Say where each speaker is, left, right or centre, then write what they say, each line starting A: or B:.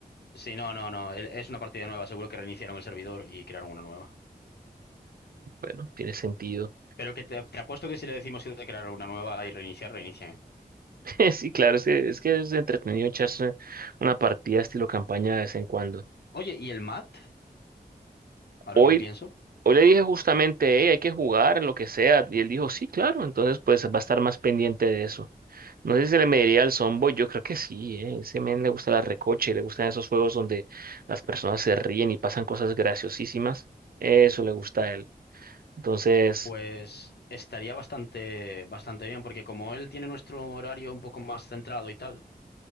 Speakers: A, on the left; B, on the right.
A: Sí, no, no, no, el- es una partida nueva, seguro que reiniciaron el servidor y crearon una nueva.
B: Bueno, tiene sentido.
A: Pero que te, te apuesto que si le decimos que crear una nueva y reiniciar, reinicia, ¿eh?
B: <laughs> Sí, claro, es que, es que es entretenido echarse una partida estilo campaña de vez en cuando.
A: Oye, ¿y el mat? Ahora
B: Hoy,
A: que lo pienso,
B: hoy le dije justamente, hey, hay que jugar, lo que sea, y él dijo, sí, claro, entonces pues va a estar más pendiente de eso. No sé si se le mediría al Zomboy, yo creo que sí, ¿eh? Ese men le gusta la recoche, le gustan esos juegos donde las personas se ríen y pasan cosas graciosísimas. Eso le gusta a él. Entonces,
A: pues estaría bastante, bastante bien, porque como él tiene nuestro horario un poco más centrado y tal,